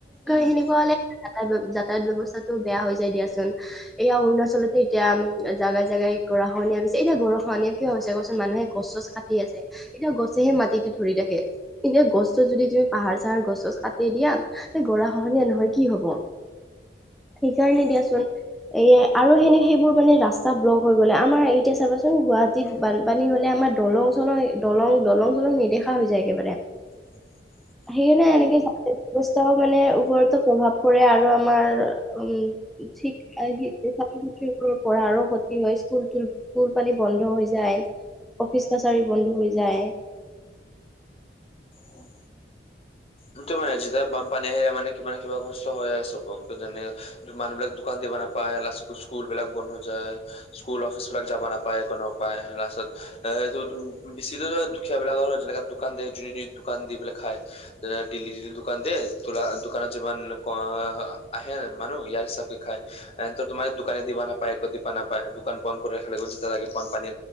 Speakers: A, on the left; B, in the centre.
A: উম
B: সেনেকুৱা হলে যাত যাতায়ত ব্যয়ৱস্থাটো বেয়া হৈ যায় দিয়াচোন। এয়া অৰুণাচলতে এতিয়া উম জেগাই জেগাই গৰা খনীয়া হৈছে এতিয়া গৰাখহনীয়া কিয় হৈছে কোৱাচোন মানুহে গছ চছ কাট তি আছে এতিয়া গছেহে মাটিতটো ধৰি ৰাখে। এতিয়া গছ চছ যদি তুমি পাহাৰ চাহাৰ গছ চছ কাটি দিয়া গৰা খহনীয়া নহয় কি হব- সেইকাৰণে
A: উম
B: দিয়াচোন এ আৰু সেনে সেইবোৰ মানে ৰাস্তা ব্লক হৈ গ'লে আমাৰ এতিয়া চাবাচোন গুৱাট তিত বানপানী হলে আমাৰ দলং চলং দলং দলং চলং নেদেখা হৈ যায় একেবাৰে।
A: উ <inaudible>
B: সেইকাৰণে এনেকে ব্যৱস্থাও মানে ওৰতো প্ৰভাৱ পৰে আৰু আমাৰ উম- শিক্ষা ছাত্ৰ ছাত্ৰীসৰ পঢ়াৰো ক্ষতি হয় স্কুল ফুল পানী বন্ধ হৈ যায় অফিচ কাছাৰী বন্ধ হৈ যায়।
A: উম দুটা বনাই দিছো এটা বন পানী আহে মানে কিবা নহয় কিবা কষ্ট হয় আৰু চবক যেনে মানুহ বিলাক দোকান দিবা নাপায় লাষ্ট স্কুলবিলাক বন্ধ হৈ যায়। স্কুল অফিচবিলাক যাব নাপায় একোনো উপায় তাৰপাছত, এ এই বেছিকে দুখীয়াবিলাকৰ যেনেকা দোকান দিয় যোনে দোকান দি পেলাই খায় যে নটিলি দোকান দে, তোলা দোকানত যিমান অ আহে মানুহ ইয়াৰ হিচাপকে খায়। এ ত তোমানে দোকানে দিবা নাপায় একো দিবা নাপায় দোকান বন কৰি ৰাখা লাগিব যেতিয়া লে ব পানী